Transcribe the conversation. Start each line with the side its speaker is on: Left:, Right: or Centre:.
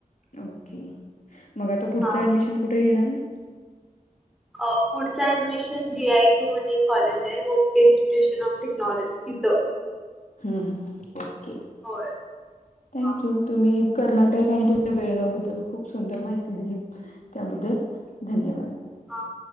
Left: ओके मग आता पुढच
Centre: हा
Left: ऍडमिशन कुठे घेणार आहे
Centre: पुढच ऍडमिशन जी आयटी मध्ये कॉलेज आहे गोपे इन्स्टिट्युशन ऑफ टेक्नॉलॉजी तिथ
Left: हं ओके
Centre: होय
Left: थँक्यु
Centre: हा हा
Left: तुम्ही कर्नाटक आणि तुमच्या बेळगाव बद्दल खुप सुंदर माहिती दिली त्याबद्दल धन्यवाद
Centre: हां